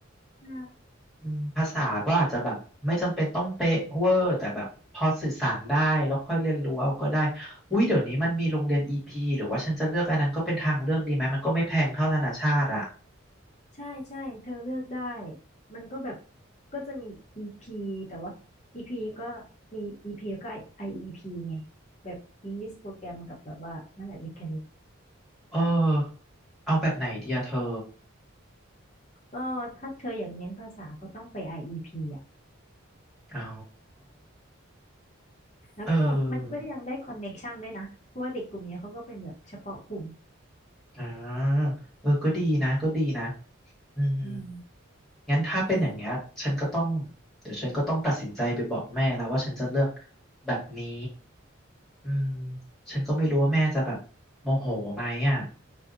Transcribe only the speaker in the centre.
อืมภาษาก็อาจจะแบบไม่จำเป็นต้องเป๊ะเวอร์แต่แบบพอสื่อสารได้แล้วค่อยเรียนรู้เอาก็ได้อุ้ยเดี๋ยวนี้มันมีโรงเรียน EP หรือว่าฉันจะเลือกอันนั้นก็เป็นทางเลือกดีไหมมันก็ไม่แพงเท่านานาชาติอ่ะ
เออเอาแบบไหนดีอะเธอ
อ๋อ
เออ
อ่าเออก็ดีนะก็ดีนะอืม
งั้นถ้าเป็นอย่างเงี้ยฉันก็ต้อง
เดี๋ยวฉันก็ต้องตัดสินใจไปบอกแม่แล้วว่าฉันจะเลือกแบบนี้อืมฉันก็ไม่รู้ว่าแม่จะแบบโมโหไหมอ่ะ